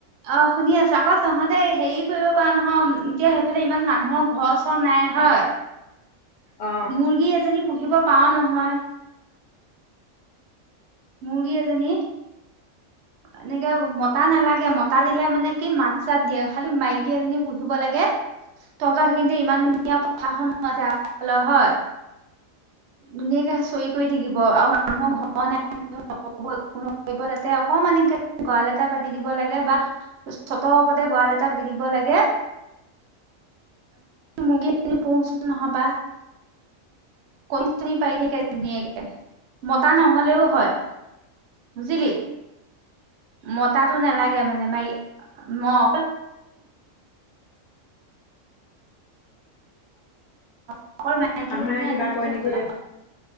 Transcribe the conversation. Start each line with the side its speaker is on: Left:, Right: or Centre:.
Right: অ শুনি আছো আকৌ তহতে হেৰি কৰিব পৰা নহয় এতিয়া সেইফালে ইমান মানুহৰ ঘৰ চৰ নাই হয়।
Left: অ
Right: মুৰ্গী এজনী। পুহিব পাৰ নহয়। মুৰ্গী এজনী এনেকে মতা নালাগে মতা দিলে মানে কি মাত চাত দিয়ে খালি মাইকী এজনী পুহিব লাগে তহঁতৰ সেইখিনিতে ইমান ধুনীয়া পথাৰ খনো আছে আগফালে, হয়। ধুনীয়াকে চৰি কৰি থাকিব আৰু মানুহৰ ঘৰ ন নকব এক নকৰিব তাতে অকমান একে গঁৰাল এটা পাতি দিব লাগে বা ছতৰ ওপতে গঁৰাল এটা পাতি দিব লাগে মুৰ্গী, পোচ নহবা। কণী চনি পাৰি থাকে ধুনীয়াকে মতা নহলেও হয় বুজিলি? মতাতো নালাগে মানে মাই। ম অ অকল মাইকীজনী
Left: মানুহে কিবা
Right: আনিলেই
Left: কয় নেকি
Right: হ'ল